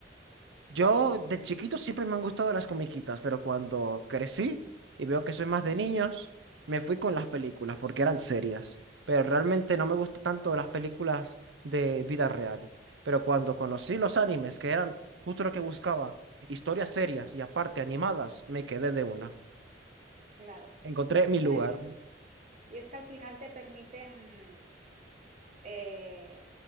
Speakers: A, on the right; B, on the right.
A: Yo de chiquito siempre me han gustado las comiquitas, pero cuando crecí y veo que soy más
B: ujú,
A: de niños, me fui con las películas porque eran serias. Pero realmente no me gustan tanto las películas de vida real. Pero cuando conocí los animes, que eran justo lo que buscaba, historias serias y aparte animadas, me quedé de una.
B: claro.
A: Encontré mi lugar.
B: Bueno, es- es- y es que al final te permiten, eh,